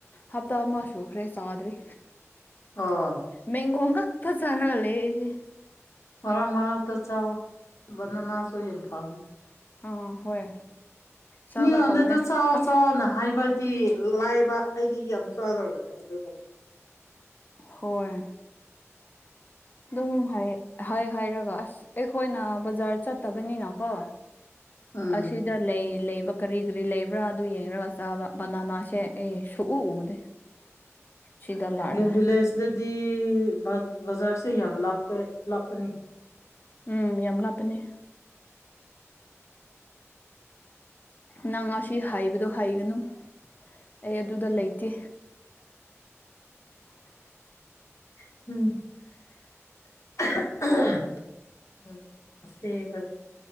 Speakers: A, on the left (about 35°); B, on the left (about 80°).
A: ꯍꯞꯇꯥ ꯑꯃ ꯁꯨꯈ꯭ꯔꯦ ꯆꯥꯗ꯭ꯔꯤ
B: ꯑꯣ
A: ꯃꯦꯡꯒꯣ ꯉꯥꯛ ꯇ ꯆꯥꯔꯒ ꯂꯩꯌꯦ ꯑꯩꯁꯦ
B: ꯃꯔꯥꯃꯔꯛꯇ ꯆꯥꯎꯑꯣ ꯕꯅꯅꯥꯁꯨ ꯌꯥꯝ ꯐꯝꯅꯤ
A: ꯑꯥ ꯍꯣꯏ ꯆꯥꯕ
B: ꯃꯤꯉꯣꯟꯗ
A: ꯇꯧꯒꯦ
B: ꯑꯗꯨ ꯆꯥꯎ
A: ꯑꯁ
B: ꯆꯥꯎꯅ ꯍꯥꯏꯕꯗꯤ ꯂꯥꯏꯕ ꯑꯩꯗꯤ ꯌꯥꯝ ꯆꯥꯗ꯭ꯔꯕꯅꯤ ꯑꯗꯨꯒꯨꯝ
A: ꯍꯣꯏ ꯗꯨꯝ ꯍꯥꯌꯦ ꯍꯥꯏ ꯍꯥꯏꯔꯒ ꯑꯁ ꯑꯩꯈꯣꯏꯅ ꯕꯖꯥꯔ ꯆꯠꯇꯕꯅꯤꯅꯀꯣ
B: ꯎꯝ
A: ꯑꯁꯤ ꯗ ꯂꯩ ꯂꯩꯕ ꯀꯔꯤ ꯀꯔꯤ ꯂꯩꯕ꯭ꯔꯥ ꯑꯗꯨ ꯌꯦꯡꯔꯒ ꯆꯥꯕ ꯕꯅꯥꯅꯥꯁꯦ ꯑꯩ ꯁꯨꯛꯎ ꯎꯗꯦ
B: <inaudible>
A: ꯁꯤꯗ ꯂꯥꯛꯔꯒ
B: ꯒꯦꯝ ꯚꯤꯂꯦꯖꯗꯗꯤ ꯕꯠ ꯕꯖꯥꯔꯁꯦ ꯌꯥꯝ ꯂꯥꯞꯀꯦ ꯂꯥꯞꯀꯅꯤ
A: ꯎꯝ ꯌꯥꯝ ꯂꯥꯞꯄꯅꯤ ꯅꯪ ꯉꯁꯤ ꯍꯥꯏꯕꯗꯣ ꯍꯥꯏꯒꯅꯨ ꯑꯩ ꯑꯗꯨꯗ ꯂꯩꯇꯦ
B: <unintelligible> ꯑꯁꯦꯕꯅꯤ